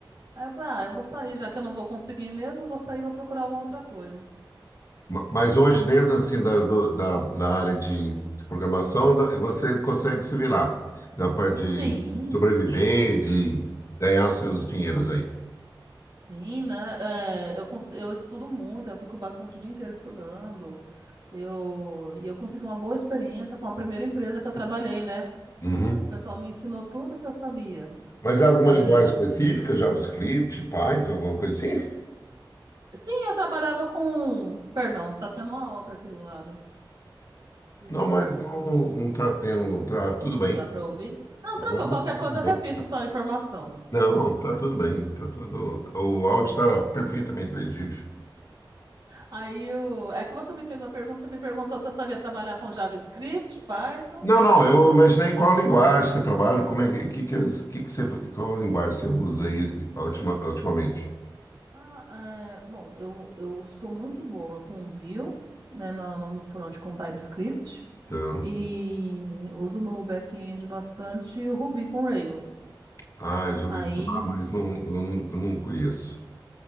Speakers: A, on the right (about 55°); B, on the left (about 40°).
A: Aí eu falei, ah, eu vou sair, já que eu não vou conseguir mesmo, eu vou sair e vou procurar alguma outra coisa.
B: Ma- Mas hoje, dentro assim, da, do- da, da área de, de programação, da- você consegue se virar. Da parte de
A: Sim,
B: sobreviver,
A: sim,
B: e de ganhar os seus dinheiros aí.
A: sim, né? É, eu, cons- eu estudo muito, eu fico basicamente o dia inteiro estudando. Eu, e eu consegui uma boa experiência com a primeira empresa que eu trabalhei, né? O
B: Uhum.
A: pessoal me ensinou tudo que eu sabia.
B: Mas é alguma
A: É...
B: linguagem específica, JavaScript, Python, alguma coisa assim?
A: Sim, eu trabalhava com. Perdão, tá tendo uma obra aqui do lado. Desculpa,
B: Não, mas não, não tá tendo, tá tudo
A: não
B: bem.
A: dá pra ouvir? Não, tranquilo,
B: Não,
A: qualquer
B: tá
A: coisa
B: tudo bem.
A: eu repito só a informação.
B: Não, tá tudo bem. Tá tudo... O áudio está perfeitamente legível.
A: Aí o... é que você me fez uma pergunta, você me perguntou se eu sabia trabalhar com JavaScript, Python.
B: Não, não, eu imaginei qual linguagem você trabalha, como é que, que, que, as- que que você, qual linguagem você usa aí ultima, ultimamente.
A: Ah, é... Bom, eu, eu sou muito boa com Vue, né, no, no no front com TypeScript.
B: Então,
A: E uso no back-end bastante o Ruby com Rails.
B: ah, já ouvi
A: Aí.
B: falar, mas não,
A: É,
B: eu não, eu não conheço.